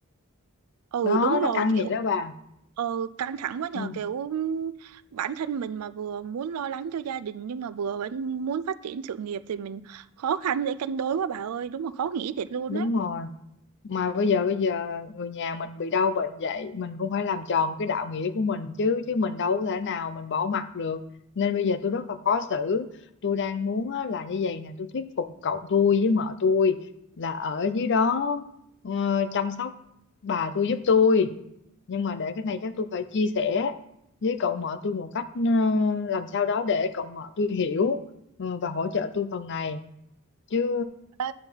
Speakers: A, on the right; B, on the left.
A: ừ
B: Đó
A: đúng rồi
B: nó căng
A: kiểu
B: vậy đó bà.
A: ừ, căng thẳng quá nhờ
B: Ừ,
A: kiểu ừm, bản thân mình mà vừa muốn lo lắng cho gia đình nhưng mà vừa vẫn muốn phát triển sự nghiệp thì mình khó khăn để cân đối quá bà ơi đúng là khó nghĩ thiệt luôn
B: đúng
A: á
B: rồi. mà bây giờ bây giờ người nhà mình bị đau bệnh vậy mình cũng phải làm tròn cái đạo nghĩa của mình chứ chứ mình đâu có thể nào mình bỏ mặc được nên bây giờ tôi rất là khó xử tôi đang muốn á, là như vậy nè tôi thuyết phục cậu tôi với mợ tôi là ở dưới đó ờ, chăm sóc bà tôi giúp tôi nhưng mà để cái này chắc tôi phải chia sẻ với cậu mợ tôi một cách ờ, làm sao đó để cậu mợ tôi hiểu ờ, và hỗ trợ tôi phần này chứ
A: Ê,